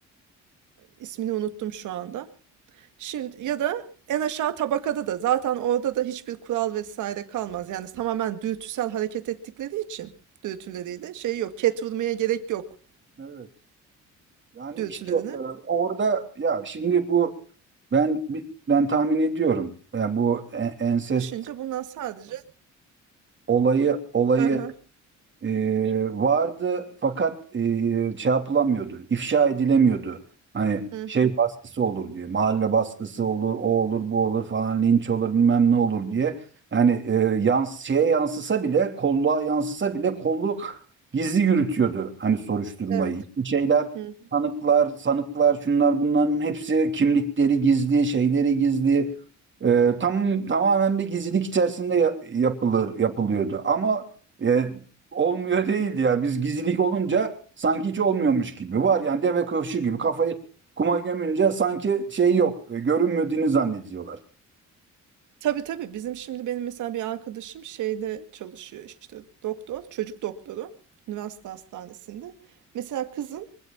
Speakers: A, on the right (about 80°); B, on the right (about 40°).
A: İsmini unuttum şu anda. Şimdi ya da en aşağı tabakada da zaten orada da hiçbir kural vesaire kalmaz. Yani tamamen dürtüsel hareket ettikleri için dürtüleriyle şey yok. Ket vurmaya gerek yok
B: Evet. Yani
A: dürtülerine.
B: işte e, orada ya şimdi bu ben ben tahmin ediyorum. Yani bu e- ensest
A: Aşınca bunlar sadece
B: olayı olayı
A: hı hı,
B: e, vardı fakat e, şey yapılamıyordu, ifşa edilemiyordu. Hani
A: hı
B: şey
A: hı,
B: baskısı olur diye, mahalle baskısı olur, o olur, bu olur falan, linç olur, bilmem ne olur diye. Yani e, yans şeye yansısa bile, kolluğa yansısa bile kolluk gizli yürütüyordu hani soruşturmayı.
A: evet.
B: İşte Şeyler,
A: Hı.
B: tanıklar, sanıklar, şunlar bunların hepsi kimlikleri gizli, şeyleri gizli. E, tam tamamen bir gizlilik içerisinde ya- yapılır yapılıyordu. Ama e, olmuyor değildi ya. Biz gizlilik olunca sanki hiç olmuyormuş gibi. Var yani deve kuşu gibi kafayı kuma gömünce sanki şey yok. e, Görünmediğini zannediyorlar.
A: Tabii tabii bizim şimdi benim mesela bir arkadaşım şeyde çalışıyor işte doktor, çocuk doktoru üniversite hastanesinde. Mesela kızın